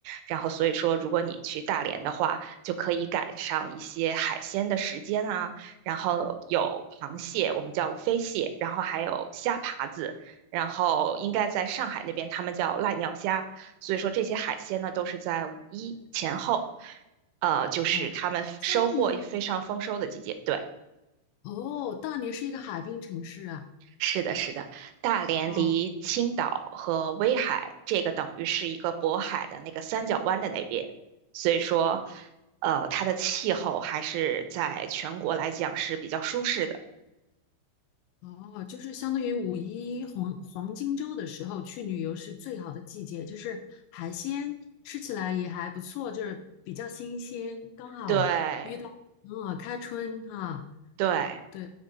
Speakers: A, on the right; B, on the left.
A: 然后所以说如果你去大连的话，就可以赶上一些海鲜的时间啊，然后有螃蟹，我们叫飞蟹，然后还有虾爬子，然后应该在上海那边他们叫濑尿虾，所以说这些海鲜呢都是在五一前后，呃，就是他们收获也非常丰收的季节，
B: 哦，相当于
A: 对。
B: 哦，大连是一个海滨城市啊。
A: 是的，是的，大连离青岛和威海，
B: 哦
A: 这个等于是一个渤海的那个三角湾的那边，所以说，呃，它的气候还是在全国来讲是比较舒适的。
B: 哦，就是相当于五一黄黄金周的时候去旅游是最好的季节，就是海鲜吃起来也还不错，就是比较新鲜，刚好
A: 对，
B: 嗯开春哈、
A: 对，
B: 对，